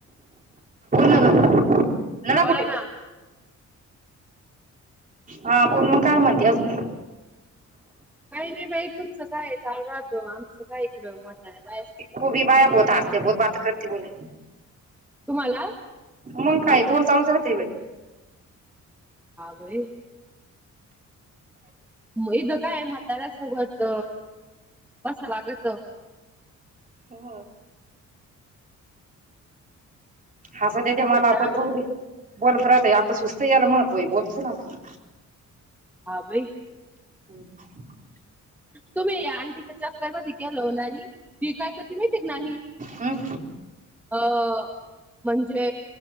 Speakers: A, on the right; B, in the centre.
A: ना ग नला
B: बोला
A: कुठे
B: ना.
A: हा बोल मग काय म्हणते अजून
B: काही नाही बाई तुमच काय चालू राहतो, आमचं काय इकड म्हाताऱ्या बा
A: खूपी बाया बहुत हसत्या बोत बहोत बाते करते बोले.
B: तुम्हाला
A: मग काय तोंड चालूच राहते बई.
B: हा भाई, मग इथ काय म्हाताऱ्यासोबत बसाव लागत.
A: हो. हस्त्यात ते
B: म्हाताऱ्या
A: मला आपण जाऊदे. बोलत राहतय आपल सुस्त यायला महत्व आहे. बोलतो ना आपण.
B: हा भाई.
A: <inaudible>
B: तुम्ही आणटीच्या चक्कर मध्ये गेलो हो नानी. ती काय करते माहितीय का नानी
A: हं.
B: अ म्हणजे,